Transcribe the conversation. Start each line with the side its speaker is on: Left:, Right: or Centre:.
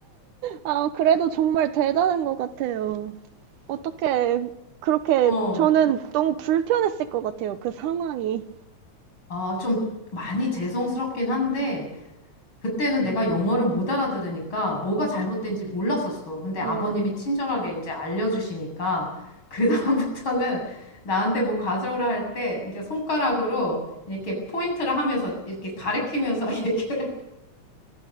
Right: 아, 그래도 정말 대단한 것 같아요. 어떻게 그렇게
Left: 어.
Right: 저는 너무 불편했을 것 같아요. 그 상황이.
Left: 아, 좀 많이 죄송스럽긴 한데 그때는 내가 영어를 못 알아들으니까 뭐가 잘못된지 몰랐었어. 근데 아버님이
Right: 음,
Left: 친절하게 이제 알려주시니까 그다음부터는 나한테 뭐 가져오라 할 때 이제 손가락으로 이렇게 포인트를 하면서 이렇게 가리키면서 <laughs> 얘기를